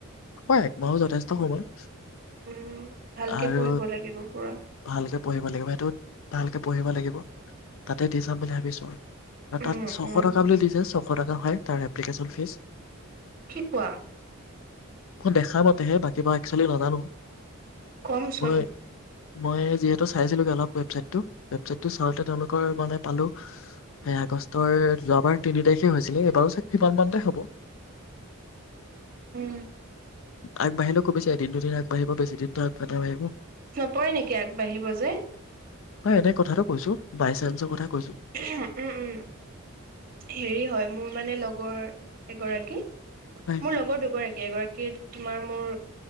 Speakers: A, on the left (about 65°); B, on the right (about 40°).
A: হ একমাহৰ যথেষ্ট সময়
B: উম, ভালকে
A: আৰু
B: পঢ়িব লাগিব পুৰা
A: ভালকে পঢ়িব লাগিব সেইটো ভালকে পঢ়িব লাগিব তাতে দি চাম বুলি ভাবিছো
B: উম,
A: তাত ছশ
B: উম,
A: টকা বুলি দিছে ছশ শ টকা হয় তাৰ এপ্লিকেশ্যন ফীজ
B: কি কোৱা
A: মই দেখা মতেহে বাকী বা একচোৱেলি নাজানো
B: কমচোন
A: মই মই যিহেতু চাইছিলগে অলপ ৱেবচাইটটো ৱেবচাইটটো চাওঁ তেওঁলোকৰ মানে পালো এই আগষ্টৰ যোৱাবাৰ তিনি তাৰিখে হৈছিলে এইবাৰ কিমান মানতে হ'ব
B: উম
A: আগ বাহিৰত খুব বেছি এদিন দুদিন আগবাঢ়ি বেছিদিন পথা ভাইব
B: পৰে নেকি আগবাঢ়িব যে
A: হয় এনে কথাটো কৈছো বাই চান্সৰ কথা কৈছো
B: উম উম হেৰি হয় মোৰ মানে লগৰ এগৰাকী
A: হয়
B: মোৰ লগৰ দুগৰাকী এগৰাকী তোমাৰ মোৰ